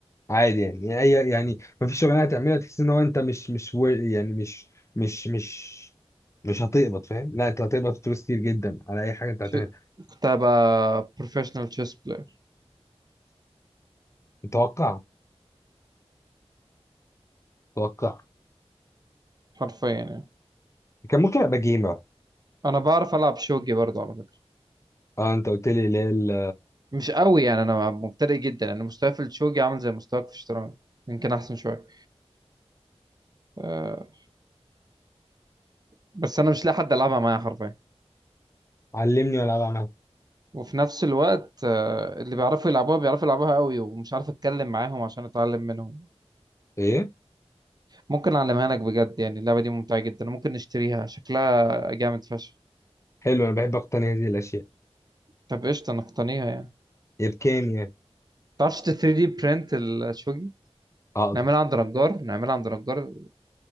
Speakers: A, on the left; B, on the right.
A: عادي يعني يعني أي- يعني ما فيش شغلانه هتعملها تحس ان هو انت مش مش wor- يعني مش مش مش مش هتقبض فاهم لا انت هتقبض فلوس كتير جدا على اي حاجه انت
B: ش-
A: هتعملها
B: كنت هبقى بروفيشنال تشيس بلاير
A: متوقع متوقع
B: حرفيا يعني
A: كان ممكن ابقى جيمر
B: انا بعرف العب شوجي برضو على فكره
A: اه انت قلت لي ليه ال-
B: مش قوي يعني انا مبتدئ جدا انا مستواي في الشوجي عامل زي مستواك في الشطرنج يمكن احسن شويه أه بس انا مش لاقي حد العبها معايا حرفيا
A: علمني والعب عمل
B: وفي نفس الوقت أه اللي بيعرفوا يلعبوها بيعرفوا يلعبوها قوي ومش عارف اتكلم معاهم عشان اتعلم منهم
A: ايه
B: ممكن اعلمها لك بجد يعني اللعبه دي ممتعه جدا ممكن نشتريها شكلها جامد فشخ
A: حلو انا بحب اقتني هذه الاشياء
B: طب قشطه نقتنيها يعني
A: هي بكام يعني
B: تعرفش 3 دي برنت الشوجي
A: اقدر
B: نعملها عند نجار نعملها عند نجار